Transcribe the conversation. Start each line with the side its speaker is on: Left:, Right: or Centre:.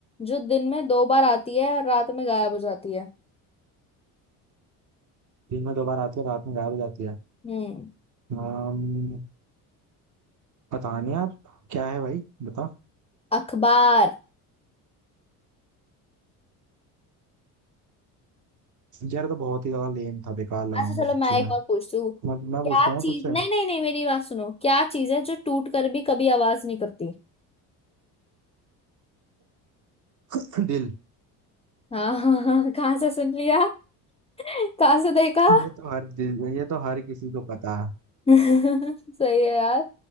Left: जो दिन में दो बार आती है और रात में गायब हो जाती है
Right: दिन में दो बार आती है रात में गायब हो जाती है
Left: हम्म
Right: अम्म, पता नहीं यार क्या है भाई बता
Left: अखबार
Right: यार ये तो बहुत ही ज्यादा लेम था बेकार लगा
Left: अच्छा
Right: मुझे
Left: चलो
Right: सच्ची
Left: मैं
Right: में
Left: एक और पूछती हूँ
Right: मैं मैं पूछता
Left: क्या
Right: हूँ ना
Left: चीज
Right: तुझसे
Left: नहीं नहीं नहीं मेरी बात सुनो क्या चीज है जो टूट कर भी कभी आवाज नहीं करती
Right: <laughs> दिल
Left: हाँ हाँ हाँ हाँ, कहाँ से सुन लिया <laughs> कहाँ से देखा
Right: ये तो हर दिल ये तो हर किसी को पता है
Left: <laughs> सही है यार